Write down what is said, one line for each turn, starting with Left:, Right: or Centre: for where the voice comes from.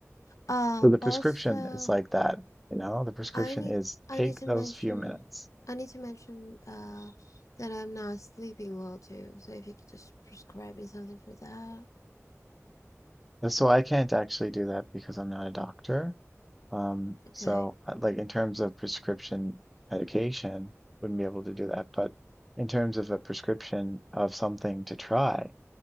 Left: Uh,
Centre: so the prescription
Left: also,
Centre: is like that, you know? The prescription
Left: I need
Centre: is
Left: I
Centre: take
Left: need to
Centre: those
Left: mention
Centre: few minutes.
Left: I need to mention uh that I'm not sleeping well too. So if you could just prescribe me something for that.
Centre: And So I can't actually do that because I'm not a doctor. Um,
Left: Okay.
Centre: so uh, like in terms of prescription medication, wouldn't be able to do that. But in terms of a prescription of something to try,